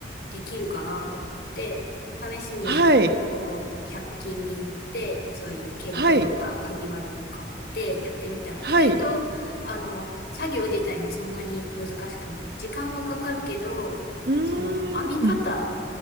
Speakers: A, on the left; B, on the right.
A: できるかなと思って、試しに、
B: はい。
A: こう、100均に行って、そういう毛糸とかかぎ針を買ってやってみたら、
B: はい。はい。
A: 意外と、あの、作業自体はそんなに難しくない。時間はかかるけど、
B: うーん。
A: その、編み方